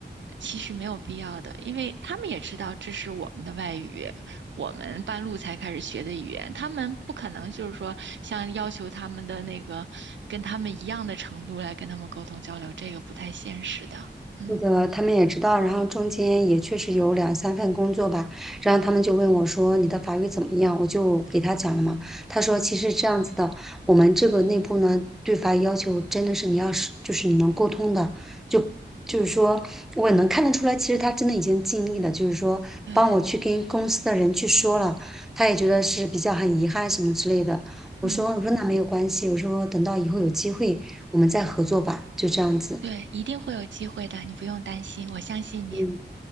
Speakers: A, on the right (about 80°); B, in the centre.
A: 其实没有必要的，因为他们也知道这是我们的外语，我们半路才开始学的语言，他们不可能就是说像要求他们的那个跟他们一样的程度来跟他们沟通交流，这个不太现实的。嗯，
B: 那个他们也知道，然后中间也确实有两三份工作吧，然后他们就问我说：“你的法语怎么样？”我就给他讲了嘛。他说：“其实这样子的，我们这个内部呢，对法语要求真的是你要是就是你能沟通的，就就是说我也能看得出来，其实他真的已经尽力了，就是说帮我去跟公司的人去说了，
A: 对。
B: 他也觉得是比较很遗憾什么之类的。”我说：
A: 嗯。
B: “我说那没有关系，我说等到以后有机会我们再合作吧，就这样子。
A: 对，一定会有机会的，你不用担心，我相信你。
B: 嗯”